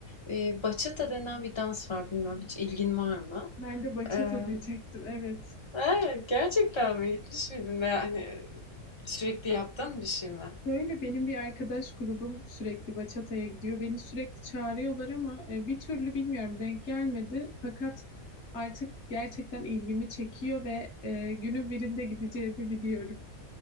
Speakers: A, on the left; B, on the left.
A: Eee, bachata denen bir dans var, bilmiyorum hiç ilgin var mı?
B: Ben de bachata
A: Eee,
B: diyecektim, evet.
A: he, gerçekten mi? Gitmiş miydin veya, hani, sürekli yaptığın bir şey mi?
B: Böyle benim bir arkadaş grubum sürekli bachata'ya gidiyor. Beni sürekli çağırıyorlar ama e, bir türlü bilmiyorum denk gelmedi. Fakat artık gerçekten ilgimi çekiyor ve e, günün birinde gideceğimi biliyorum.